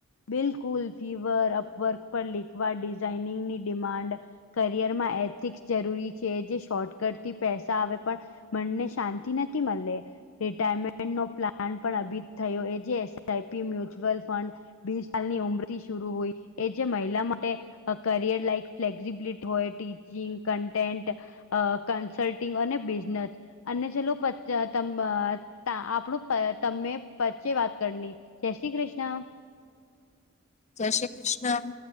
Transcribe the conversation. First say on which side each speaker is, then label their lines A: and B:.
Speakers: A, on the left; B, on the left.
A: બિલકુલ ફીવર અપવર્ક પર લીખવા ડિઝાઇનિંગની ડિમાન્ડ કરિયર માં એથિક્સ જરૂરી છે જે શોર્ટકટ થી પૈસા આવે પણ. મનને શાંતિ નથી મળે. રિટાયરમેન્ટ નો પ્લાન પણ અભી થયો એ જે એસઆઈપી મ્યુચ્યુઅલ ફંડ. બીસ સાલની ઉંમરથી શરુ હોય એ જે મહિલા માટે. કરિયર લાઈક ફ્લેક્સિબિલિટી હોય ટીચિંગ કન્ટેન્ટ. અ કન્સલ્ટિંગ અને બિઝનેસ. અને ચલો આપણું તમે પ્ચે વાત કરની. જય શ્રી કૃષ્ણ.
B: જય શ્રી કૃષ્ણ.